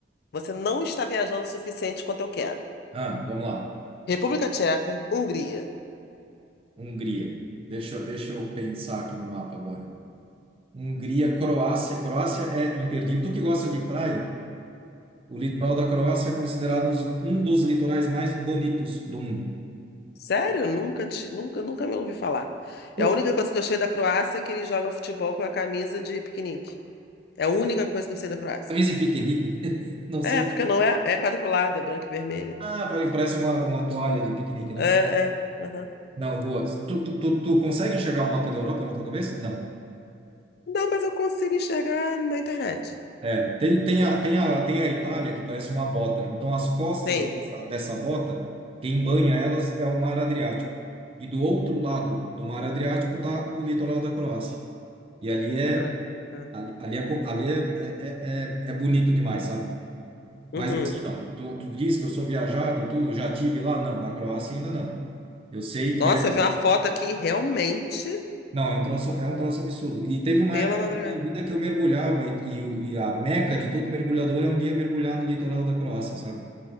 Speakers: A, on the left; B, on the right.
A: Você não está viajando o suficiente quanto eu quero.
B: Ah, vamos lá.
A: República Tcheca, Hungria.
B: Hungria. Deixa, eu- deixa eu pensar aqui no mapa agora. Hungria, Croácia. Croácia é imperdível. Tu que gosta de praia? O litoral da Croácia é considerado uns- um dos litorais mais bonitos do mundo.
A: Sério? Nunca, te, nunca, nunca me ouvi falar. E
B: Tu
A: a única coisa que eu sei da Croácia é que eles jogam futebol com a camisa de piquenique. É a única coisa que eu sei da Croácia.
B: camisa e piquenique? <laughs> Não sei.
A: É, porque não é, é quadriculada, branca e vermelha.
B: Ah, pode- parece uma, uma toalha de piquenique, né?
A: É, é. aham.
B: Não, boa. Tu, tu, tu, tu consegue enxergar o mapa da Europa na tua cabeça? Não.
A: Não, mas eu consigo enxergar na internet.
B: É, tem, tem a, tem a, tem a Itália que parece uma bota. Então, as costas
A: Sim.
B: dessa, dessa bota, quem banha elas é o Mar Adriático. E do outro lado do Mar Adriático está o litoral da Croácia. E ali é,
A: Ah, tá.
B: ali, ali é, co- ali é, é, é, é é bonito demais, sabe?
A: Uhum.
B: Mas assim, ó, tu, tu disse que eu sou viajado e tudo, já tive lá? Não, na Croácia ainda não. Eu sei que
A: Nossa,
B: é.
A: eu vi uma foto aqui realmente
B: Não, é um troço, é um troço absurdo. E teve uma
A: pela
B: época
A: madrugada.
B: da minha vida que eu mergulhava e, e, o- e a meca de todo mergulhador é um dia mergulhar no litoral da Croácia, sabe?